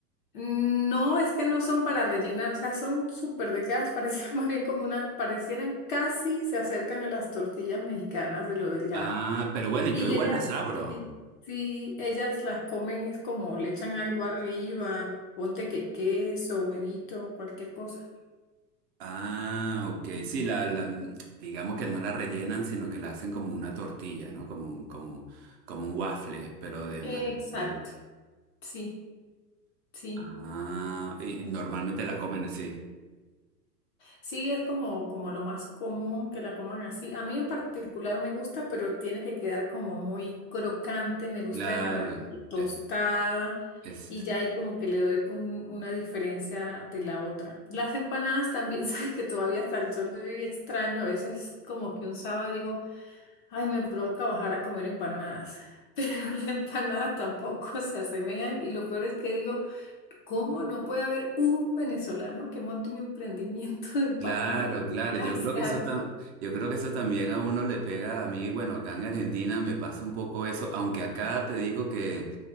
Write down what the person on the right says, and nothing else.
Ah, pero bueno, yo
igual
las abro.
Ah, ok. Sí, la, la- digamos que no la rellenan, sino que la hacen como una tortilla, ¿no? Como, un- como, como un waffle, pero de
ma- de maíz.
Ah, y normalmente la comen así.
Claro.
eh, Es,
Claro, claro, yo
creo
que eso tam- yo creo que eso también a uno le pega a mí, bueno, acá en Argentina me pasa un poco eso, aunque acá te digo que,